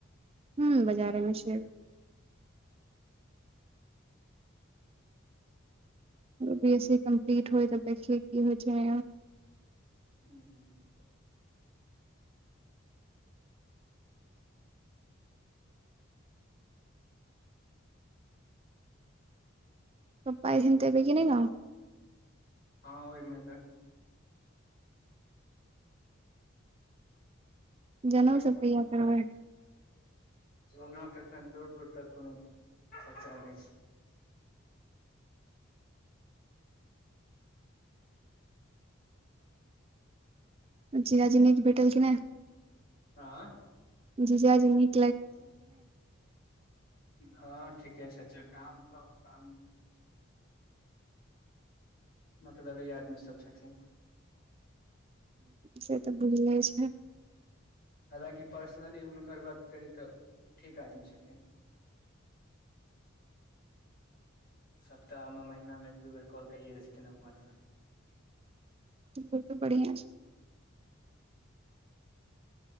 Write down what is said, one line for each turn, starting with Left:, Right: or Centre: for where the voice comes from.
Right: हूँ बाजारे मे छिये बी एस सी कम्पीट होइ तऽ देखिए की होइ छै।
Left: हूँ हूँ।
Right: पप्पा एथिन त एबै की नय गाव
Left: हँ ओहि मे
Right: जनउ
Left: अगस्त
Right: सभ कहिया करबै
Left: जनउ के एखन दूर दूर तक कोनो चर्चा नहि छै।
Right: जीजा जी नीक भेटल कि नहि।
Left: हा
Right: जीजा जी निक।
Left: <unintelligible> ह ठीके छथिन मतलबी ई आदमी सभ छथिन
Right: से तऽ बुझले छैन
Left: हालकि पर्सनली हुनकर बात करी त ठीक आदमी छथिन सप्ताह मे महिना मे एक दू बेर कॉल कए दै छथिन उम्हर
Right: ओ त बढ़िआ छै